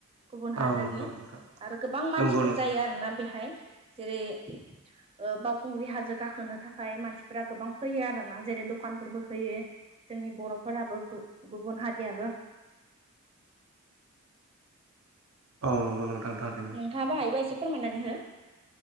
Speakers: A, on the right; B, on the right.
A: गुबुन हादोरनि
B: औ नंगौ नोंथां
A: आरो गोबां मानसिफोर
B: नंगौ नोंथां
A: जायो आरोना बेहाय जेरै ओ बावखुंग्रि हाजो गाखोनो थाखाय मानसिफोरा गोबां फैयो आरोना जेरै दखानफोरबो होयो जोंनि बर'फोराबो गु-गुबुन हारियाबो।
B: औ नंगौ नोंथां थारैनो।
A: नोंथाङाबो हायोबा एसे फोरमायनानै हो।